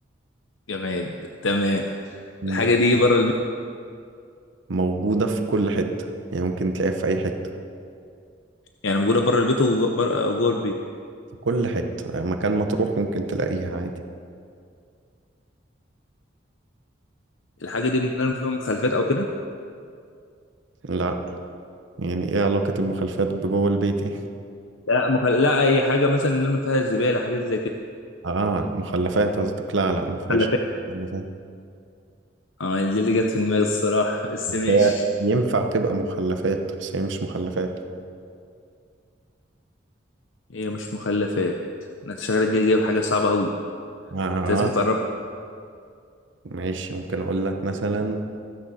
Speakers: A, on the left; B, on the right.
A: جماد تمام
B: مم.
A: الحاجه دي بره البيت
B: موجودة في كل حتة يعني ممكن تلاقيها في اي حتة
A: يعني موجوده بره البيت وجوه وجوه البيت
B: كل حتة مكان ما تروح ممكن تلاقيها عادي
A: الحاجه دي بنرمي فيها مخلفات او كده
B: لا يعني ايه علاقة المخلفات بجوه البيت ايه
A: لا مخل... لا اي حاجه مثلا نرمي فيها الزباله حاجات زي كده
B: اه المخلفات قصدك لا لا ما
A: مخلفات
B: فيهاش مخلفات
A: اه دي اللي جت في دماغي الصراحه بس ماشي
B: هي ينفع تبقى مخلفات بس هي مش مخلفات
A: هي مش مخلفات انت شغلك جاي جايب حاجه صعبه قوي
B: اه
A: انت لازم تقرب
B: ماشي ممكن اقول لك مثلا